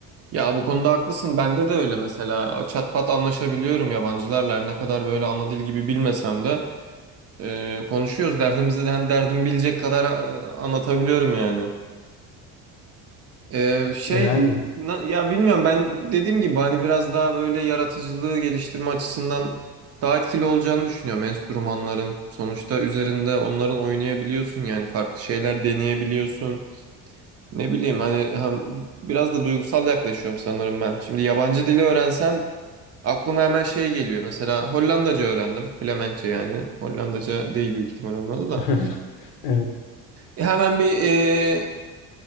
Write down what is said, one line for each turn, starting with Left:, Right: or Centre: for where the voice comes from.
Right: Ya bu konuda haklısın. Bende de öyle mesela. Çatpat anlaşabiliyorum yabancılarla. Her Ne kadar böyle ana dil gibi bilmesem de e, konuşuyoruz. Derdimizi de hani derdimi bilecek kadar e, anlatabiliyorum yani. E, şey
Left: Yani.
Right: na- ya bilmiyorum ben dediğim gibi hani biraz daha böyle yaratıcılığı geliştirme açısından daha etkili olacağını düşünüyorum enstrümanların. Sonuçta üzerinde onların oynayabiliyorsun yani farklı şeyler deneyebiliyorsun. Ne bileyim hani hem biraz da duygusal yaklaşıyorum sanırım ben. Şimdi yabancı dili öğrensem aklıma hemen şey geliyor. Mesela Hollandaca öğrendim. Flemenkçe yani. Hollandaca değil büyük ihtimal onun adı da.
Left: <laughs> Evet.
Right: E, hemen bir e,